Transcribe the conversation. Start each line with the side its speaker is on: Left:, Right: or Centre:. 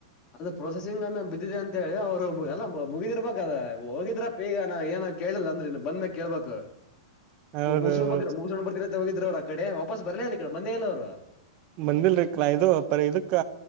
Left: ಅದು ಪ್ರೊಸೆಸಿಂಗ್ ಅನ್ನ ಬಿದ್ದಿದೆ ಅಂತ ಹೇಳಿ ಅವ್ರು ಎಲ್ಲ ಮುಗಿದಿರ್ಬೇಕದ ಹೋಗಿದ್ರ. ಇ ಈಗ ನಾ ಏನ ಕೇಳಿಲ್ಲ ಅಂದ್ರ ಇನ್ ಬಂದ್ಮೇಕ ಕೇಳ್ಬೇಕ.
Right: ಹೌದೌದು
Left: ಮುಗ್ಸಗೊಂಡ ಬರ್ತೀರ ಮುಗಸೊಂಡ್ ಬರ್ತಿನಂತ ಹೋಗಿದ್ರ ಅವ್ರು ಅಕಡೆ ವಾಪಸ್ ಬರ್ಲೇ ಇಲ್ಲ ಈ ಕಡೆ ಬಂದೆ ಇಲ್ಲ ಅವ್ರು.
Right: ಬಂದಿಲ್ರಿ ಕ್ಲೈ ಇದು ಪರಿ ಇದಕ್